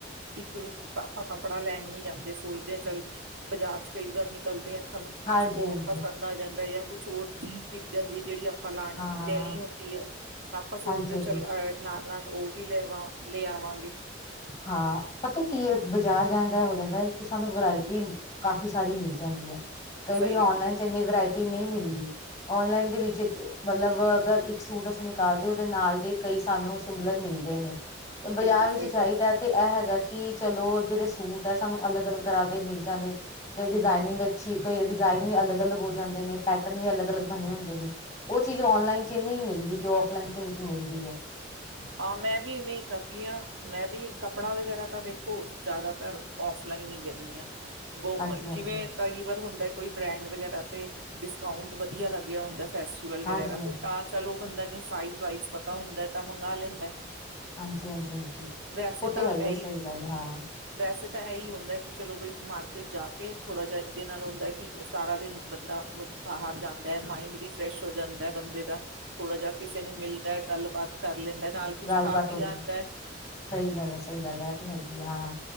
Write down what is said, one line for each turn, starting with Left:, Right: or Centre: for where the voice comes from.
Right: ਇੱਕ ਆਪਾਂ ਕੱਪੜਾ ਲੈਣ ਨੀ ਜਾਂਦੇ ਸੋਚਦੇ ਆ ਚੱਲ ਬਾਜ਼ਾਰ ਚ ਕਈ ਵਾਰ ਨਿਕਲਦੇ ਆ ਸਾਨੂੰ ਕੁਛ
Left: ਹਾਂਜੀ-ਹਾਂਜੀ
Right: ਹੋਰ ਪਸੰਦ ਆ ਜਾਂਦਾ ਆ ਕੁਛ ਹੋਰ ਚੀਜ਼ ਜਾਂਦੀ ਹੈ ਜਿਹੜੀ ਆਪ ਆਪਾਂ ਲਾਉਣੀ
Left: ਹਾਂ
Right: ਲੈਣੀ ਹੁੰਦੀ ਹੈ ਤਾਂ ਆਪਾਂ ਸੋਚਦੇ
Left: ਹਾਂਜੀ-ਹਾਂਜੀ
Right: ਚਲ ਅਹ ਨਾਲ ਨਾਲ ਉਹ ਵੀ ਲੈਵ ਲੈ ਆਵਾਂਗੇ
Left: ਹਾਂ ਪਤਾ ਕੀ ਹੈ ਬਾਜ਼ਾਰ ਜਾਂਦਾ ਹੋ ਜਾਂਦਾ ਕਿ ਸਾਨੂੰ ਵਰਾਇਟੀ ਕਾਫ਼ੀ ਸਾਰੀ ਮਿਲ ਜਾਂਦੀ ਹੈ ਕਈ
Right: ਸਹੀ
Left: ਵਾਰੀ
Right: ਗੱਲ
Left: ਔਨਲਾਈਨ
Right: ਹੈ
Left: ਚ ਇੰਨੀ ਵਰਾਇਟੀ ਨਹੀਂ ਮਿਲਦੀ ਔਨਲਾਈਨ ਦੇ ਵਿੱਚ ਮਤਲਬ ਅਗਰ ਇੱਕ ਸੂਟ ਅਸੀਂ ਨੇ ਨਾਲਦੇ ਉਹਦੇ ਨਾਲ ਦੇ ਕਈ ਸਾਨੂੰ ਸਿਮਲਰ ਮਿਲਦੇ ਨੇ ਬਾਜ਼ਾਰ
Right: ਬਿਲਕੁਲ
Left: ਵਿੱਚ
Right: ਸਹੀ
Left: ਚਾਹੀਦਾ
Right: ਗੱਲ
Left: ਤੇ ਇਹ ਹੈਗਾ ਕਿ ਚਲੋ ਜੇੜੇ ਸੂਟ ਆ ਸਾਨੂ ਅਲਗ ਅਲਗ ਤਰ ਦੇ ਮਿਲ ਜਾਂਦੇ ਕਈ ਡਿਜ਼ਨਿੰਗ ਅੀ ਕਈ ਡਿਜ਼ਨ ਵੀ ਅਲਗ ਅਲਗ ਹੋ ਜਾਂਦੇ ਨੇ ਪੈਟਰ ਵੀ ਅਲਗ ਅਲਗ ਬਣੇ ਹੁੰਦੇ ਨੇ ਉਹ ਚੀਜ਼ ਆਨਲਾਈਨ ਚ ਨ ਮਿਲਦੀ ਜੋ ਆਫਲਾਈਨ ਮਿਲਦੀ ਆ
Right: ਹਾਂ ਮੈਂ ਵੀ ਇਵੇਂ ਹੀ ਕਰਦੀ ਹਾਂ ਮੈਂ ਵੀ ਕੱਪੜਾ ਵਗੈਰਾ ਤਾਂ ਦੇਖੋ ਜ਼ਿਆਦਾਤਰ ਔਫਲਾਈਨ ਹੀ ਲੈਂਦੀ ਹਾਂ ਬਹੁ
Left: ਹਾਂਜੀ ਹਾਂਜੀ
Right: ਜਿਵੇਂ ਕਈ ਵਾਰ ਹੁੰਦਾ ਕੋਈ ਬ੍ਰੈਂਡ ਵਗੈਰਾ ਤੇ ਡਿਸਕਾਊਂਟ ਵਧੀਆ ਲੱਗਿਆ ਹੁੰਦਾ ਫੈਸਟੀਵਲ
Left: ਹਾਂਜੀ
Right: ਵਗੈਰਾ
Left: ਹਾਂਜੀ।
Right: ਤੇ ਤਾਂ ਚਲੋ ਬੰਦਾ ਨੂੰ ਸਾਈਜ਼ ਵਾਈਜ਼ ਪਤਾ ਹੁੰਦਾ ਹੈ ਤਾਂ ਮੰਗਵਾ ਲੈਂਦਾ
Left: ਹਾਂਜੀ ਹਾਂਜੀ ਹਾਂਜੀ
Right: ਵੈਸੇ
Left: ਉਹ ਤੇ
Right: ਤਾਂ
Left: ਹੈ ਹੀ ਆ
Right: ਇਹੀ
Left: ਸਹੀ ਗੱਲ ਹਾਂ
Right: ਵੈਸੇ ਤਾਂ ਇਹੀ ਹੁੰਦਾ ਚਲੋ ਬਈ ਮਾਰਕੀਟ ਜਾ ਕੇ ਥੋੜਾ ਜਾ ਇਹਦੇ ਨਾਲ ਹੁੰਦਾ ਕਿ ਸਾਰਾ ਦਿਨ ਬੰਦਾ ਬਾਹਰ ਜਾਂਦਾ ਹੈ ਮਾਇਡ ਵੀ ਫਰੈਸ਼ ਹੋ ਜਾਂਦਾ ਬੰਦੇ ਦਾ ਥੋੜਾ ਜਾਹਾ ਕਿਸੇ ਨੂੰ ਮਿਲਦਾ ਹੈ ਗੱਲਬਾਤ ਕਰ ਲੈਂਦਾ ਨਾਲ ਕੁਛ
Left: ਗੱਲ
Right: ਖਾ
Left: ਬਾਾਤ
Right: ਪੀ
Left: ਹੋ ਜਾਵੇ
Right: ਆਉਂਦਾ ਹੈ।
Left: ਸਹੀ ਗੱਲ ਹੈ ਸਹੀ ਗੱਲ ਐ ਤੇ ਹੈਗੀ ਆ ਹਾਂ